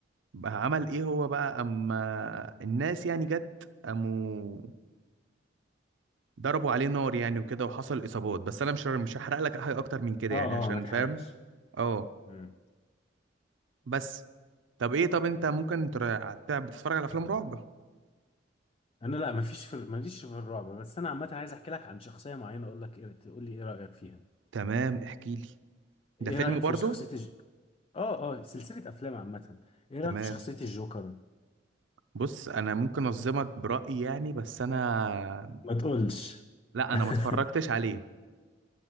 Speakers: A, on the right (about 80°); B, on the left (about 30°).
A: بقى عمل ايه هو بقى اما الناس يعني جت قاموا ضربوا عليه نار يعني وكده وحصل اصابات بس انا مش مش هحرق لك حاجه اكتر من كده
B: اه
A: يعني عشان
B: اه ما تحرقش
A: فاهم اه
B: مم.
A: بس طب ايه طب انت ممكن تر- بتتفرج على افلام
B: جامد.
A: رعب
B: انا لا مفيش في ماليش في الرعب بس انا عامه عايز احكي لك عن شخصيه معينه اقول لك ايه تقول لي ايه رايك فيها
A: تمام احكي لي ده
B: ايه
A: فيلم
B: رايك
A: برضو
B: في شخصيه الج... اه اه سلسله افلام عامه ايه
A: تمام
B: رايك في شخصيه الجوكر
A: بص انا ممكن انظمك برايي يعني بس انا
B: ما تقولش
A: لا
B: <laughs>
A: انا ما اتفرجتش عليه